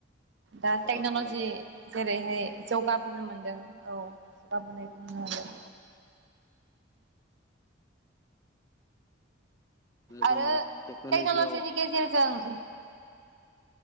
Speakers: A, on the right; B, on the left.
A: दा
B: मददखौ
A: टेक्न'लजि
B: मोननो हायो
A: जेरैहाय जौगाबोनो मोनदों औ जौगाबोनाय <unintelligible> आरो
B: जोङो टेक्न'लजियाव
A: टाइगा'लजिनि गेजेर जों